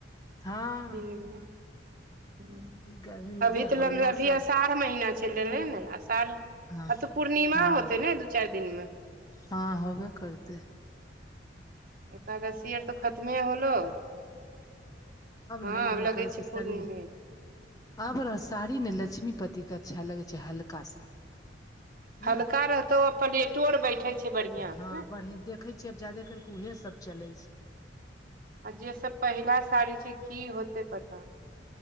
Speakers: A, on the left; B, on the right.
A: हाँ
B: किनबै <inaudible>
A: गर्मी मे
B: अभी
A: जे
B: तऽ
A: हौला
B: लऽ अभी
A: सर
B: असार आठम महिना चैल एलै न आसार आब
A: हँ
B: तऽ पूर्णिमा
A: हँ
B: होते न दू चाइर दिन में
A: हँ होबे करतै।
B: एकादशी आर तऽ खतमे होलौ <inaudible> <inaudible> हऽ
A: नहि
B: आब
A: मन
B: लगे
A: करै
B: छै
A: साड़िये
B: पूर्णिमे में
A: आब लऽ साड़ी ने लक्ष्मी पत्ती केँ अच्छा लगै छै हल्का साड़ी
B: हल्का
A: नहि
B: रहतौ आ प्लेटो आर बैठे छै बढ़ियां से
A: हँ
B: ने
A: बढ़िएं देखै छियै आब जायदे करकेँ उहे सभ चलै छै
B: आ जे सब पहिला साड़ी छै की होते पता